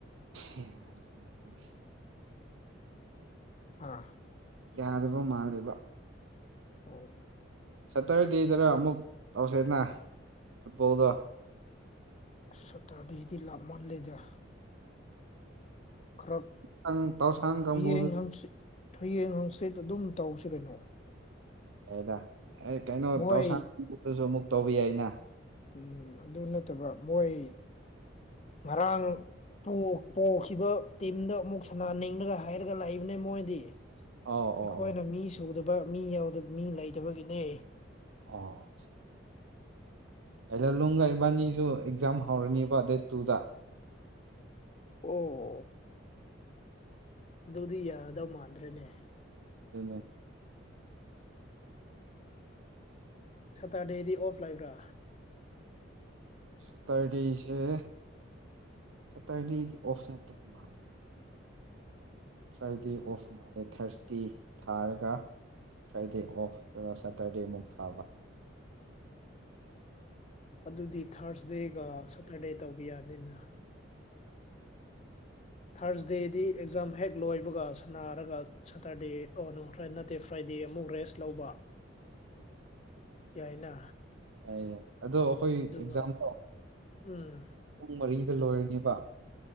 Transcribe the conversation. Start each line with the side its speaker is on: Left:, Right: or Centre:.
Right: ꯌꯥꯅ ꯃꯥꯅꯤ
Left: ꯑꯥ
Right: ꯌꯥꯗꯕ ꯃꯥꯜꯂꯤꯕ
Left: ꯑꯣ
Right: ꯁꯇꯔꯗꯦꯗꯅ ꯑꯃꯨꯛ ꯑꯧꯁꯦꯅ ꯐꯨꯠꯕꯣꯜꯗꯣ
Left: ꯁꯇꯥꯔꯗꯤꯁꯤꯗꯤ ꯂꯥꯞ ꯃꯥꯜꯂꯦꯗ ꯈꯔꯛ
Right: ꯇꯥꯡ ꯇꯧꯁꯥꯡ ꯀꯥꯡꯕꯨꯗꯨ
Left: ꯌꯦꯡꯉꯛꯁꯤ ꯍꯌꯦꯡ ꯍꯪꯆꯤꯠ ꯑꯗꯨꯝ ꯇꯧꯁꯤ ꯀꯩꯅꯣ
Right: ꯗ ꯑꯦ ꯀꯩꯅꯣ
Left: ꯃꯣꯏ
Right: ꯇꯧꯁꯥꯡꯕꯗꯨꯁꯨ ꯑꯃꯨꯛ ꯇꯧꯕꯤ ꯑꯩꯅ
Left: ꯎꯝ ꯑꯗꯨ ꯅꯠꯇꯕ ꯃꯣꯏ ꯉꯔꯥꯡ ꯄꯣꯛꯈꯤꯕ ꯇꯤꯝꯗꯣ ꯑꯃꯨꯛ ꯁꯅꯥꯅꯤꯡꯂꯒ ꯍꯥꯏꯔꯒ ꯂꯥꯛꯏꯕꯅꯦ ꯃꯣꯏꯗꯤ
Right: ꯑ ꯑꯣ
Left: ꯑꯩꯈꯣꯏꯅ
Right: ꯑꯣ
Left: ꯃꯤ ꯁꯨꯗꯕ ꯃꯤ ꯌꯥꯎꯗꯕ ꯃꯤ ꯂꯩꯇꯕꯒꯤꯅꯦ
Right: ꯑ ꯍꯂꯣ ꯂꯅꯨꯡꯒ ꯏꯕꯥꯅꯤꯁꯨ ꯑꯦꯛꯖꯥꯝ ꯍꯧꯔꯅꯤꯕ ꯗꯦꯠ ꯇꯨꯗ
Left: ꯑꯣ ꯑꯗꯨꯗꯤ ꯌꯥꯗꯧ ꯃꯥꯟꯗ꯭ꯔꯦꯅꯦ
Right: ꯑꯗꯨꯅꯦ
Left: ꯁꯇꯔꯗꯦꯗꯤ ꯑꯣꯐ ꯂꯩꯥꯏꯕ꯭ꯔꯥ
Right: ꯁꯇꯔꯇꯁꯦ ꯁ ꯇꯗꯤꯗꯤꯁꯅ ꯃꯥ ꯐ꯭ꯔꯥꯏꯗꯦ ꯑꯣꯐ ꯃꯥꯂꯦ ꯊꯔꯁꯗꯦ ꯊꯥꯔꯒ ꯐ꯭ꯔꯥꯏꯗꯦ ꯑꯣꯐꯇ ꯁꯦꯇꯔꯗꯦꯃꯨꯛ ꯊꯥꯕ
Left: ꯑꯗꯨꯗꯤ ꯊꯥꯔꯁꯗꯦꯒ ꯁꯇꯔꯗꯦ ꯇꯧꯕ ꯌꯥꯅꯤꯅ ꯊꯥꯔꯁꯗꯦꯗꯤ ꯑꯦꯛꯖꯥꯝ ꯍꯦꯛ ꯂꯣꯏꯕꯒ ꯁꯥꯟꯅꯔꯒ ꯁꯇꯔꯗꯦ ꯑꯣ ꯅꯠꯇꯦ ꯐ꯭ꯔꯥꯏꯗꯦ ꯗꯦ ꯑꯃꯨꯛ ꯔꯦꯁ ꯂꯧꯕ
Right: ꯎꯝ
Left: ꯌꯥꯏꯅ
Right: ꯌꯥꯏꯌꯦ ꯑꯗꯣ ꯑꯩꯈꯣꯏ
Left: ꯑꯗꯨꯒ
Right: ꯑꯦꯛꯖꯥꯝ ꯇꯧ
Left: ꯎꯝ
Right: ꯄꯨꯡ ꯃꯔꯤ ꯁꯤꯗ ꯂꯣꯏꯔꯈꯤꯕ